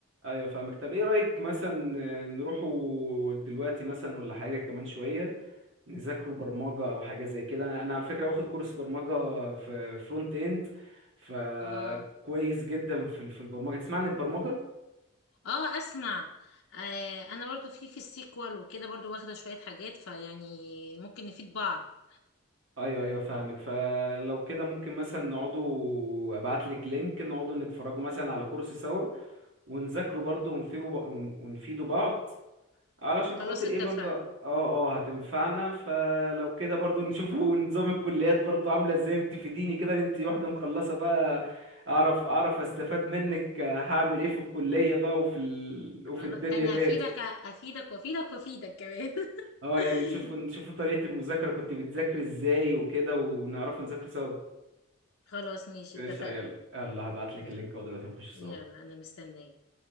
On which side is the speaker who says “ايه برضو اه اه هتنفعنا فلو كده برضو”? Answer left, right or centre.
Right